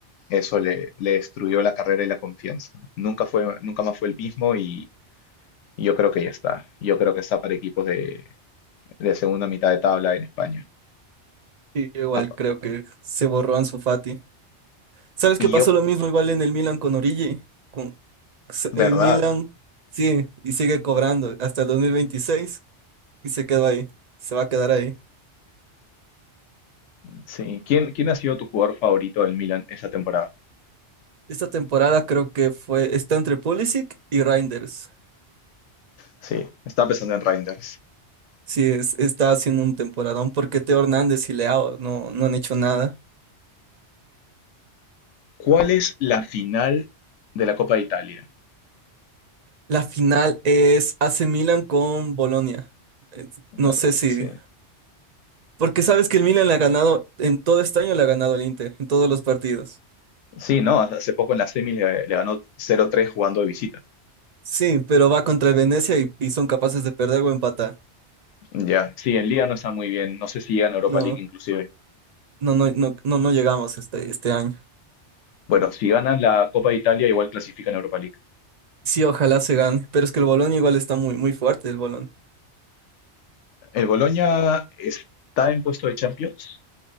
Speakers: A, on the left (about 85°); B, on the right (about 50°).
A: eso le, le destruyó la carrera y la confianza. Nunca fue, nunca más fue el mismo y yo creo que ya está. Yo creo que está para equipos de, de segunda mitad de tabla en España.
B: Sí, yo igual
A: Apa-
B: creo que se borró Ansu Fati. ¿Sabes
A: Y
B: qué pasó
A: yo,
B: lo mismo igual en el Milan con Origi? Con s-
A: verdad,
B: el Milan, sí, y sigue cobrando hasta el 2026 y se quedó ahí. Se va a quedar ahí.
A: sí. ¿Quién, quién ha sido tu jugador favorito del Milan esta temporada?
B: Esta temporada creo que fue, está entre Pulisic y Reinders.
A: Sí, estaba pensando en Reinders.
B: Sí, es- está haciendo un temporadón porque Teo Hernández y Leao no, no han hecho nada.
A: ¿Cuál es la final de la Copa de Italia?
B: La final es AC Milan con Bolonia. Eh,
A: La
B: No sé
A: verdad,
B: si,
A: sí.
B: porque sabes que el Milan le ha ganado, en todo este año le ha ganado el Inter, en todos los partidos.
A: Sí, no, hace poco en las semis le, le ganó 0-3 jugando de visita.
B: Sí, pero va contra el Venecia y, y son capaces de perder o empatar.
A: Ya. Sí, en Liga no está muy bien, no sé si llegan a Europa
B: No,
A: League inclusive.
B: no, no, no, no, no llegamos este, este año.
A: Bueno, si ganan la Copa de Italia igual clasifican a Europa League.
B: Sí, ojalá se gane, pero es que el Bolón igual está muy, muy fuerte, el Bolón.
A: ¿El Boloña está en puesto de Champions?